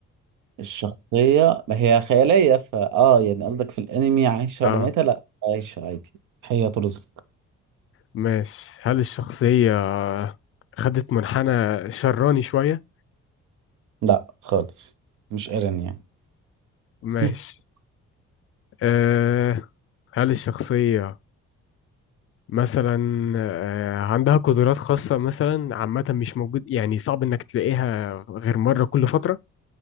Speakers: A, on the right; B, on the left.
A: الشخصية ما هي خيالية فا اه يعني قصدك في الانمي عايشة
B: اه
A: ولا ميتة لا عايشة عادي هي ترزق
B: ماشي هل الشخصية خدت منحنى شراني شوية؟
A: لا خالص مش ايرين يعني <laughs>
B: ماشي آه هل الشخصية مثلا آه عندها قدرات خاصة مثلا عامة مش موجود يعني صعب إنك تلاقيها غير مرة كل فترة؟